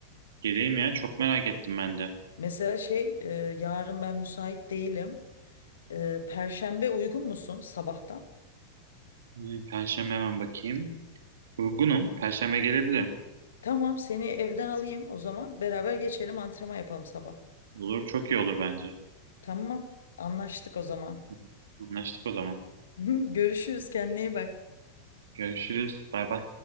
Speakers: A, on the right (about 65°); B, on the left (about 65°).
A: geleyim ya çok merak ettim ben de.
B: Mesela şey e, yarın ben müsait değilim. E, Perşembe uygun musun sabahtan?
A: Ee, Perşembe hemen bakayım. Uygunum. Perşembe gelebilirim.
B: Tamam seni evden alayım o zaman beraber geçelim antrenman yapalım sabah.
A: Olur çok iyi olur bence.
B: Tamam. Anlaştık o zaman.
A: Hı. Anlaştık o zaman.
B: <laughs> Görüşürüz. Kendine iyi bak.
A: Görüşürüz. Bay bay.